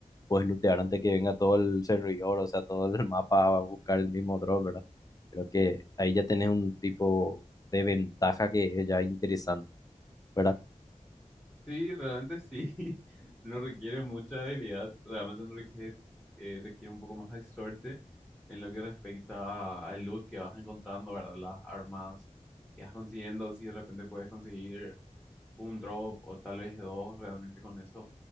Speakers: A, on the left (about 30°); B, in the centre.
A: puedes lootear antes que venga todo el servidor, o sea, todo el <laughs> mapa va a buscar el mismo drop, ¿verdad? Creo que ahí ya tenés un tipo de ventaja que es ya interesante. ¿verdad?
B: Sí, realmente sí. <laughs> No requiere mucha habilidad, realmente no requiere, eh, requiere un poco más de suerte en lo que respecta a- al loot que vas encontrando, ¿verdad? Las armas que vas consiguiendo, si de repente puedes conseguir un drop o tal vez dos, realmente con eso